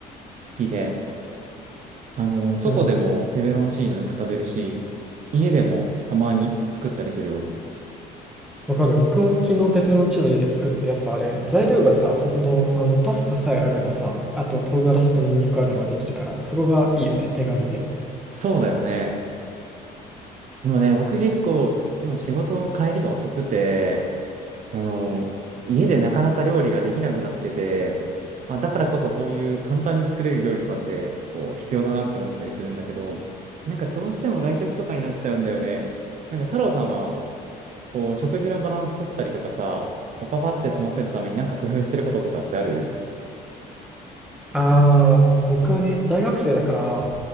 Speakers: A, on the right (about 45°); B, in the centre.
A: 好きで、あの、外でもペペロンチーノよく食べるし、
B: うん。
A: 家でもたまに作ったりするよ。
B: わかる。僕も昨日ペペロンチーノ家で作ってやっぱあれ材料がさほんとあのパスタさえあればさあと唐辛子とニンニクあればできるからそこがいいよね手軽で。
A: そうだよね。今ね、僕結構、今仕事帰りが遅くて、あの、家でなかなか料理ができなくなってて、まあだからこそそういう簡単に作れる料理とかってこう必要だなって思ったりするんだけど、なんかどうしても外食とかになっちゃうんだよね。なんか太郎さんはこう食事のバランス取ったりとかさ、こうパパって済ませるためになんか工夫してることとかってある
B: ああ僕はね大学生だから